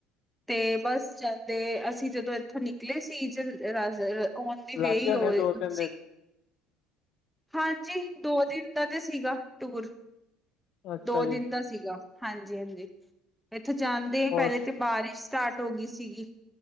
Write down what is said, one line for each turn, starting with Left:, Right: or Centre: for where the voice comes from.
Centre: ਤੇ ਬਸ ਜਾਂਦੇ ਅਸੀਂ ਜਦੋਂ ਇੱਥੋਂ ਨਿਕਲੇ ਸੀ ਜ ਔਨ ਦੀ
Left: ਲੱਗ
Centre: ਵੇ
Left: ਗਏ
Centre: ਈ
Left: ਹੋਣੇ
Centre: ਔਹ
Left: ਦੋ ਤਿੰਨ
Centre: ਸੀ
Left: ਦਿਨ
Centre: ਹਾਂਜੀ ਦੋ ਦਿਨ ਦਾ ਤੇ ਸੀਗਾ ਟੂਰ,
Left: ਅੱਛਾ
Centre: ਦੋ
Left: ਜੀ
Centre: ਦਿਨ ਦਾ ਸੀ ਗਾ ਹਾਂਜੀ -ਹਾਂਜੀ, ਇੱਥੇ ਜਾਂਦੇਆ
Left: ਹੋਰ
Centre: ਪੈਲੇ ਤੇ ਬਾਰਿਸ਼ ਸਟਾਰਟ ਹੋ ਗੀ ਸੀਗੀ